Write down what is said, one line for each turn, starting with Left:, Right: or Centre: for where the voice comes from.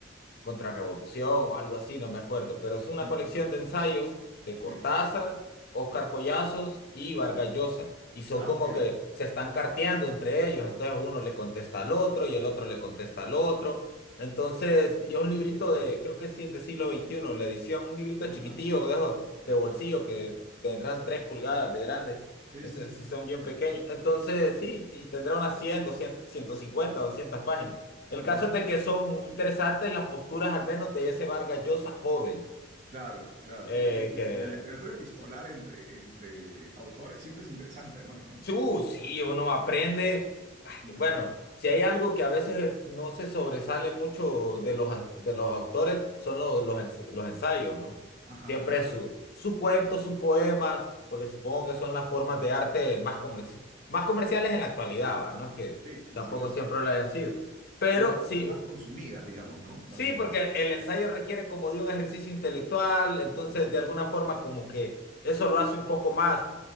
Left: Contrarrevolución o algo así, no me acuerdo, pero es una
Right: Ajá.
Left: colección de ensayos de Cortázar,
Right: Sí.
Left: Óscar Collazos y Vargas Llosa. Y son
Right: Ah,
Left: como
Right: ok.
Left: que se están carteando entre ellos, entonces uno le contesta al otro y el otro le contesta al otro. Entonces, y es un librito de, creo que sí, es de siglo veintiuno la edición, un librito
Right: Ajá.
Left: chiquitillo de, esos de bolsillo que tendrán tres pulgadas de grande.
Right: Sí,
Left: Es-
Right: sí,
Left: es-
Right: sí, sí. sí.
Left: son bien pequeños. Entonces, sí, y tendrá unas 100, 150 200 páginas. El
Right: Ajá.
Left: caso es de que son interesantes las posturas, al menos de ese Vargas Llosa joven,
Right: Claro, claro.
Left: eh,
Right: Y, y-
Left: que
Right: y la literatura epistolar entre, entre autores siempre es interesante, además, ¿no?
Left: Uh, sí, uno aprende. Ay,
Right: Mm.
Left: bueno, si hay algo que a veces es- no se sobresale mucho de los, au- de los autores, son los, los, ens- los ensayos, ¿no?
Right: Ajá,
Left: Siempre
Right: tal cual.
Left: su- sus cuentos, sus poemas, porque supongo que son las formas de arte más, comerci- más comerciales en la actualidad, ¿va? No es que
Right: Sí, sí,
Left: tampoco
Right: sí, de acuerdo.
Left: siempre lo hayan sido. Pero
Right: Y más,
Left: sí,
Right: con- más consumidas, digamos, ¿no? Más
Left: Sí,
Right: bien,
Left: porque
Right: quizás.
Left: el ensayo requiere como de un ejercicio intelectual,
Right: Ajá.
Left: entonces de alguna forma como que eso lo hace un poco más.